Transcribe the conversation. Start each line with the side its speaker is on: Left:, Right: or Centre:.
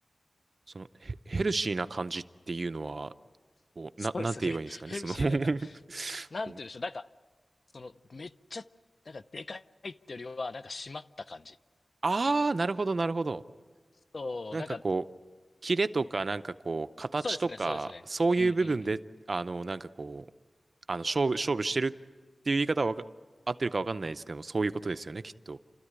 Right: その、ヘヘルシーな感じっていうのは、こう、
Left: <laughs> そうですね。
Right: な、なんて言えばいいんですかね、
Left: <laughs> ヘルシーだから、
Right: その <laughs>
Left: なんて言うんでしょう、
Right: こう、
Left: なんか、その、めっちゃ、なんか、でかいってよりは、なんか、締まった感じ。
Right: あー、なるほど、なるほど。
Left: そう、
Right: なんかこう、
Left: なんか、
Right: キレとか、なんかこう、形とか、
Left: そうですね、そうですね。
Right: そういう部分で、
Left: うんうんうん。
Right: あの、なんかこう、あの、勝負、勝負してるっていう言い方はわか合ってるかわかんないですけども、そういうことですよね、きっと。